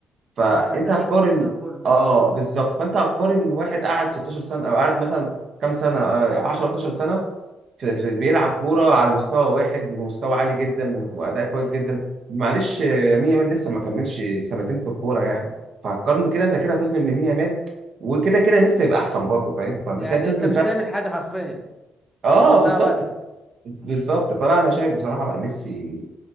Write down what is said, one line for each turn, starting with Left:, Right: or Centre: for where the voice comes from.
Right: فانت
Centre: او في تاريخ
Right: هتقارن
Centre: كره القدم كله
Right: اه بالظبط فانت هتقارن واحد قعد 16 سنه او قعد مثلا كام سنه آه 10 12 سنه في في- بيلعب كورة على مستوى واحد ومستوى عالي جدا وأداء كويس جدا معلش آه، مين يامال لسه ما كملش سنتين في الكورة يعني فهتقارنه كده أنت كده هتظلم مين يامال وكده كده ميسي هيبقى أحسن برضه فاهم فأنت
Centre: يعني
Right: كده بتظلم
Centre: انت مش
Right: فعلا
Centre: تعمل حاجه حرفيا
Right: اه
Centre: انت بتضيع
Right: بالظبط
Centre: وقتك
Right: بالظبط فلا انا شايف بصراحه لا ميسي